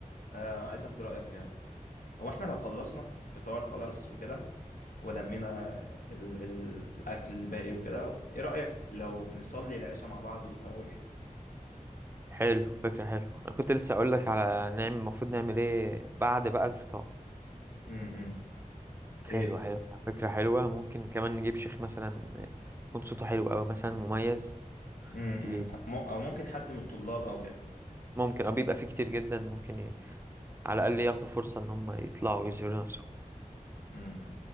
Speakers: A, on the left; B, on the right.
A: آه، عايز اخد رأيك فيها برضه هو احنا لو خلصنا فطار خلاص وكده ولمينا ال- ال- الاكل الباقي وكده ايه رأيك لو نصلي العشاء مع بعض والتراويح
B: حلو فكرة حلو أنا كنت لسه أقول لك على نعمل المفروض نعمل إيه بعد بقى الفطار
A: امم
B: حلو
A: ايه
B: حلو فكرة حلوة ممكن كمان نجيب شيخ مثلا يكون صوته حلو أوي مثلا مميز
A: امم
B: ي-
A: او مو- أو ممكن حد من الطلاب او كده
B: ممكن أو بيبقى فيه كتير جدا ممكن ي... على الأقل ياخدوا فرصة إن هم يطلعوا ويظهروا نفسهم
A: امم